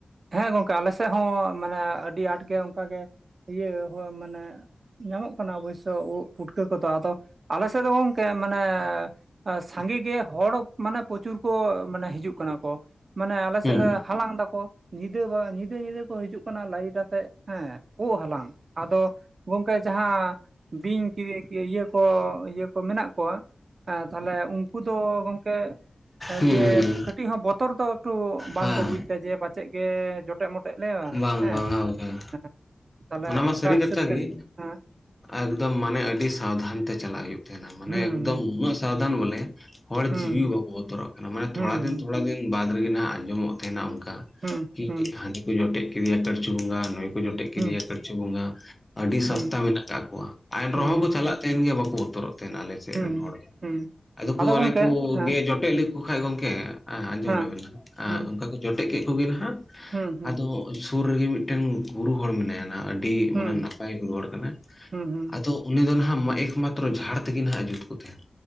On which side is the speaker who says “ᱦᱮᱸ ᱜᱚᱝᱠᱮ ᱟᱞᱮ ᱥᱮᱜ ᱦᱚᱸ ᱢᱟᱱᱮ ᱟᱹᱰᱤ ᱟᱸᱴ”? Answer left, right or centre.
Right